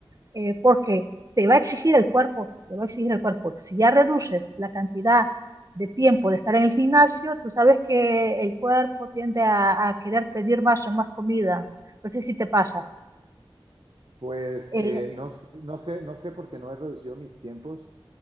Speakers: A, on the right; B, on the right.
A: eh, porque te va a exigir el cuerpo, te va a exigir el cuerpo. Si ya reduces la cantidad de tiempo de estar en el gimnasio, tú sabes que el cuerpo tiende a, a querer pedir más, más comida. No sé si te pasa.
B: Pues
A: El,
B: eh, no, s- no sé, no sé por qué no he reducido mis tiempos.